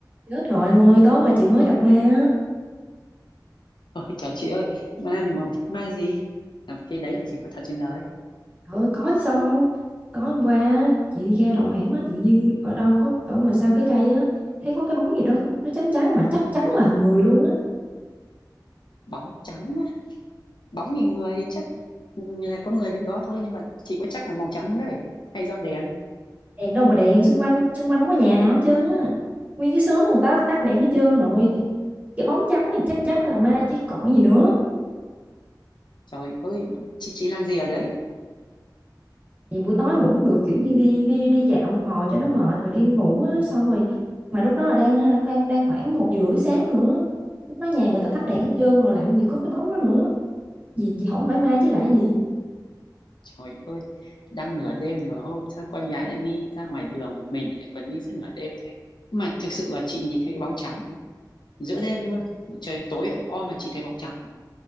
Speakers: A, on the right; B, on the left.
A: Chết rồi em ơi, tối qua chị mới gặp ma á.
B: Ôi, chào chị ơi, ma mà, ma gì? Làm Cái đấy làm gì có thật trên đời?
A: Trời ơi, có chứ sao không? Tối hôm qua á, chị đi ra đầu hẻm á, tự nhiên ở đâu có ở ngoài sau cái cây á, thấy có cái bóng gì đó nó trắng trắng mà chắc chắn là hình người luôn á.
B: Bóng trắng á, bóng thì người thì chắc là có người đứng đó thôi nhưng mà chị có chắc là màu trắng không đấy hay do đèn?
A: Đèn đâu mà đèn, xung quanh xung quanh không có nhà nào hết trơn á. Nguyên cái xóm là người ta tắt đèn hết trơn rồi. Thì cái bóng trắng này
B: Ừ,
A: chắc chắn phải là ma chứ còn gì nữa.
B: Trời ơi, chị chị làm gì ở đấy? <laughs>
A: vì buổi tối ngủ cũng được kiểu như đi đi đi dạo một hồi cho nó mệt rồi đi ngủ á, xong rồi mà lúc đó là đang ha- đang đang khoảng một giờ rưỡi sáng nữa lúc đó nhà người ta
B: Ừ,
A: tắt đèn hết trơn rồi làm gì có cái bóng đó nữa vì vì không phải mai chứ lại gì
B: Trời ơi, đang nửa đêm nửa hôm sao con gái lại đi ra ngoài đường một mình lại còn đi giữa nửa đêm vậy? Mà thực sự là chị nhìn thấy cái bóng trắng giữa đêm luôn, trời tối o mà chị thấy bóng trắng. á.